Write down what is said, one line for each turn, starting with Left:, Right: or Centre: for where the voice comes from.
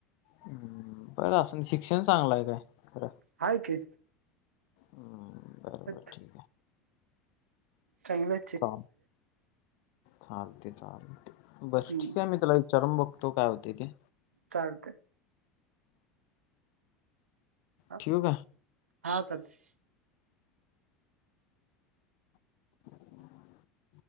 Left: हम्म बरं असन शिक्षण चांगलं आहे काय? खरं
Right: हाय की.
Left: हम्म बरोबर
Right: तथ.
Left: ठीक आहे
Right: चांगल हाय.
Left: चाल चालते चालते बर
Right: हम्म
Left: ठीक आहे मी त्याला विचारुन बगतो. तो काय होतय ते.
Right: चालतंय. हा
Left: ठिव का?
Right: हा चालतय.
Left: <unintelligible>